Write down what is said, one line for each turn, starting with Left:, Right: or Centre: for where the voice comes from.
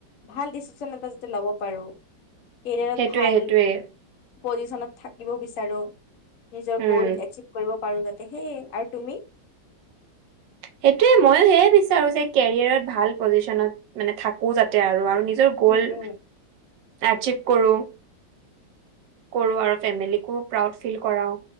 Left: ভাল ডিচিচন এটা যাতে ল'ব পাৰো। কেৰিয়াৰত
Right: সেইটোয়ে
Left: ভাল
Right: সেইটোয়ে
Left: পজিশনত থাকিব বিচাৰো। নিজৰ
Right: উম
Left: গ'ল এচিভ কৰিব পাৰোঁ যাতে সেইয় আৰু তুমি?
Right: সেইটোৱে মইো সেয়ে বিচাৰো যে কেৰিয়াৰত ভাল পজিচনত মানে থাকোঁ যাতে আৰু। আৰু <unintelligible> গ'ল,
Left: উম উম
Right: আচিভ কৰোঁ। কৰোঁ আৰু ফেমিলিকো প্ৰাউড ফিল কৰাও